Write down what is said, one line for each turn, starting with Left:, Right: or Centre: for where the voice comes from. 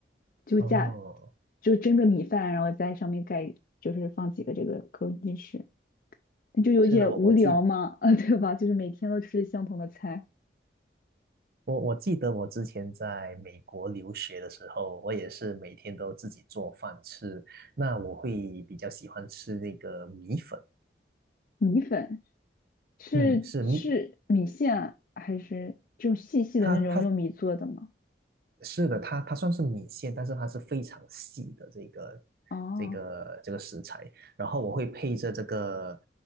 Left: 就加
Right: 哦，
Left: 就蒸个米饭，然后在上面盖就是放几个这个枸杞鸡翅，那就有点无聊嘛，
Right: 是的，我我记
Left: <laughs> 啊，对吧？就是每天都吃相同的菜，
Right: 我我记得我之前在美国留学的时候，我也是每天都自己做饭吃。那我会比较喜欢吃那个米粉，
Left: 米粉是是米线啊还是就细细的那种用米做的吗？
Right: 嗯，是米它它是的，它它算是米线，但是它是非常细的这个
Left: 哦。
Right: 这个这个食材。然后我会配着这个，